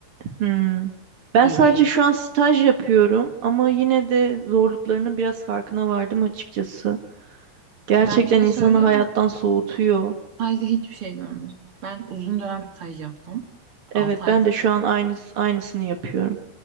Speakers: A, on the right; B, on the right.
A: Hmm. Ben
B: İyi
A: sadece
B: değil.
A: şu an staj yapıyorum ama yine de zorluklarının biraz farkına vardım açıkçası. Gerçekten
B: Ben bir şey
A: insanı
B: söyleyeyim
A: hayattan
B: mi?
A: soğutuyor.
B: Stajda hiçbir şey görmüyorsun. Bak ben uzun dönem staj yaptım.
A: Evet,
B: 6 ay
A: ben
B: falan.
A: de şu an aynı aynısını yapıyorum.